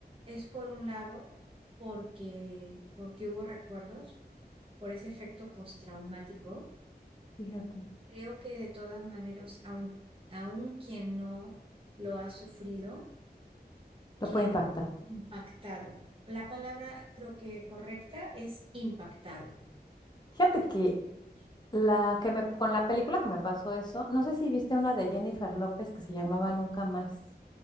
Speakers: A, on the right (about 30°); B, on the left (about 25°).
A: es por un lado porque, porque hubo recuerdos por ese efecto postraumático
B: Fíjate,
A: Creo que de todas maneras, aun, aun quien no lo ha sufrido,
B: lo
A: queda
B: puede impactar.
A: impactado. La palabra creo que correcta es impactado.
B: Fíjate
A: La tienes
B: que
A: que ver.
B: la que me, con la película que me pasó eso, no sé si viste una de Jennifer López que se llamaba Nunca Más.